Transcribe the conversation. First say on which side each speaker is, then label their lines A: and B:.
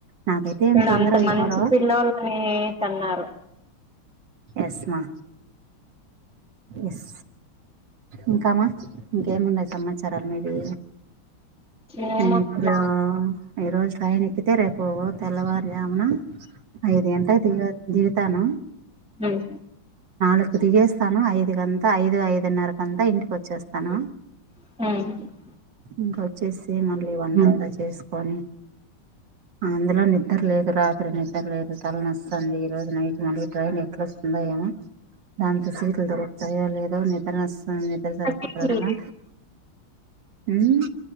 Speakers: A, on the right; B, in the centre.
A: నాకైతే
B: ఇప్పుడు
A: ఏంత తొందరగా
B: అంత
A: అయిపోద
B: మంచి పిల్లోలని కన్నారు
A: ఎస్ మా ఎస్ ఇంకామ్మా ఇంకేమున్నయ్ సమాచారాలు మీది
B: ఏమో
A: నేను ఇప్పుడు ఈ రోజు ట్రైన్ ఎక్కితే రేప్ ఇప్పుడు తెల్లవారు జామున ఐదు గంటలకు దిగుతాను
B: ఉమ్
A: నకు దిగేస్తాను ఐదు గంతా ఐదు ఐదున్నర కంతా ఇంటికి వచ్చేస్తాను
B: నిన్న
A: ఇంకా వచ్చేసి మళ్ళీ వంటంతా చేసుకొని అందులో నిద్ర లేదు రాత్రి నిద్ర లేదు తలనొస్తుంది ఈ రోజు నైట్ మళ్ళీ ట్రైన్ ఎట్లా వస్తుందోయేమో దాంతో సీట్లు దొరుకుతాయె లేదో నిద్ర వ నిద్ర సరిపోవడం
B: సీట్లు
A: లే ఉమ్